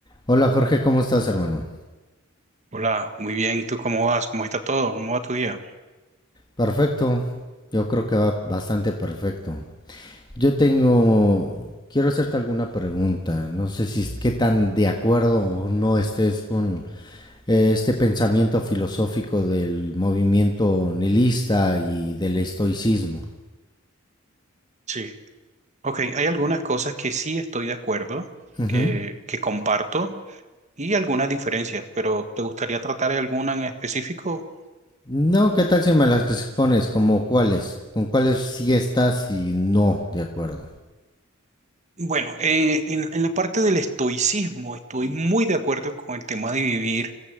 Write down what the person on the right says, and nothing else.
Hola, muy bien. ¿Y tú cómo vas? ¿Cómo está todo? ¿Cómo va tu día?
Sí. Ok, hay algunas cosas que sí estoy de acuerdo,
que, que comparto y algunas diferencias, pero ¿te gustaría tratar de alguna en específico?
Bueno, eh, en, en la parte del estoicismo estoy muy de acuerdo con el tema de vivir